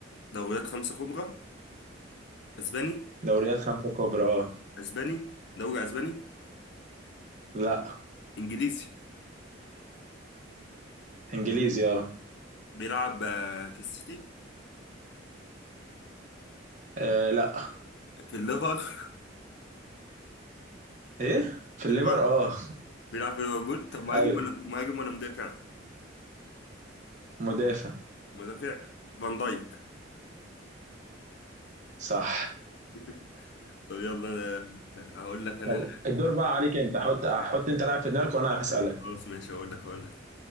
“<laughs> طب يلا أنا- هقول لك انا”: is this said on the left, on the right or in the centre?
Left